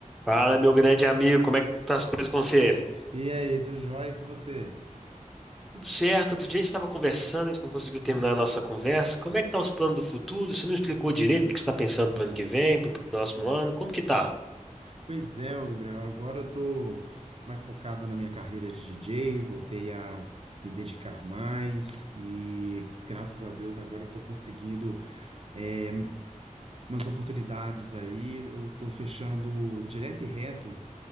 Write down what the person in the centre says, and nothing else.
Fala, meu grande amigo, como é que tá as coisas com você?
Tudo certo? Outro dia a gente estava conversando, a gente não conseguiu terminar a nossa conversa. Como é que tá os planos do futuro? Você não explicou direito o que você está pensando pro ano que vem, pro próximo ano? Como que tá?